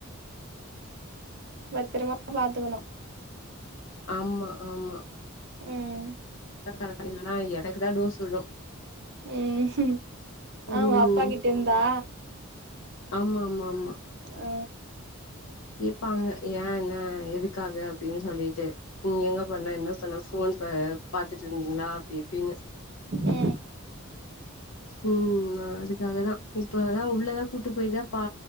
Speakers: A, on the right; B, on the left.
A: பத்ரமா பாத்துக்கணு
B: ஆமா ஆமா
A: ம்
B: தா கரெக்ட் இல்லன்னா எனக்குதா டோஸ் உழு
A: ம் அவங்க
B: ம்
A: அப்பா கிட்ட இருந்தா
B: ஆமா ஆமா ஆமா
A: அ
B: கேப்பாங்க ஏ என்ன எதுக்காக அப்டின் சொல்லிட்டு நீ எங்க போன என்ன பண்ண ஃபோன் ப பாத்துட்ருந்தீங்ளா அப்டி இப்டினு
A: அ
B: ம் அதுக்காகதா இப்பதா உள்ளதா கூட்டு போயிதா பா